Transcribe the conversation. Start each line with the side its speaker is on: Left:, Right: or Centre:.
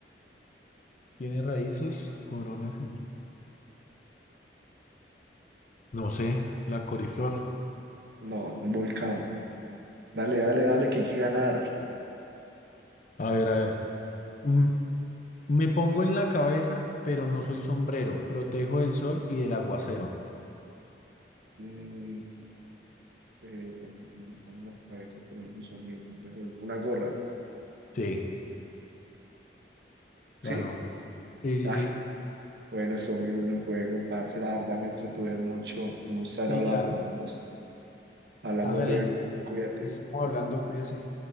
Left: Tiene raíces, coronas y... No sé, la coriflor.
Right: No, un volcán. Dale, dale, dale, que hay que ganar.
Left: A ver, a ver. Mm, Me pongo en la cabeza, pero no soy sombrero. Protejo del sol y del aguacero.
Right: Mm, eh, porque me pone la cabeza, pero no soy sombra, entonces, Una gorra.
Left: Sí,
Right: ¿Sí?
Left: ganó. Sí, sí,
Right: Ah,
Left: sí.
Right: bueno, son muy buenos juegos, parce. La verdad me entretuve mucho. Me gusta haber
Left: Sí
Right: hablado
Left: ya,
Right: con vos. Hablamos
Left: hágale.
Right: luego. Cuídate.
Left: Ahí Estamos hablando, cuídese.